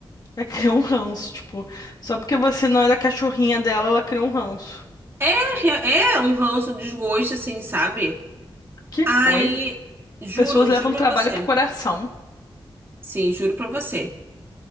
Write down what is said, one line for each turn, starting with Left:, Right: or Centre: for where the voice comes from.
Left: Ela criou um ranço, tipo, só porque você não era cachorrinha dela, ela criou um ranço.
Right: É, re- é um ranço, um desgosto, assim, sabe?
Left: Que
Right: Aí,
Left: coisa.
Right: juro,
Left: Pessoas
Right: juro
Left: levam
Right: pra
Left: trabalho
Right: você.
Left: pro coração.
Right: Sim, juro pra você.